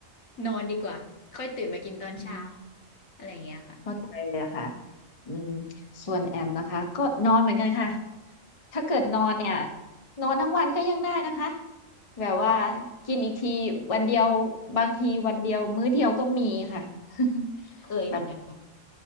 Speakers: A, on the left; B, on the left.
A: <laughs> นอนดีกว่าค่อยตื่นมากินตอนเช้า
B: ม
A: อะไรอย่างเงี้ยค่ะ
B: เข้าใจเลยอะค่ะอืมส่วนแอมนะคะก็นอนเหมือนกันค่ะ ถ้าเกิดนอนเนี่ยนอนทั้งวันก็ยังได้นะคะ แบบว่ากินอีกทีวันเดียวบางทีวันเดียวมื้อเดียวก็มีค่ะ <laughs>
A: เคยเหมือนกันค่ะ
B: แบบ